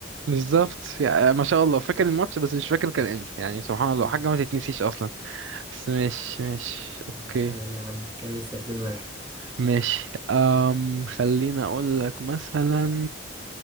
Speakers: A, on the right; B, on the right.
A: بالظبط يعني ما شاء الله فاكر الماتش بس مش فاكر كان امتى يعني سبحان الله
B: مم.
A: حاجه ما تتنسيش اصلا بس ماشي ماشي
B: مم.
A: اوكي
B: يلا يا عم كان لسه اتنين واحد
A: ماشي أم خليني اقول لك مثلا